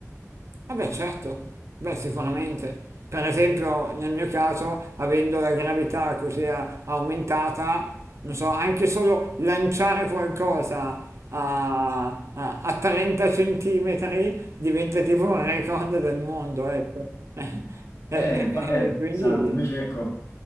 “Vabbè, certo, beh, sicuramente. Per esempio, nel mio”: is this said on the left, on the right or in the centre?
Right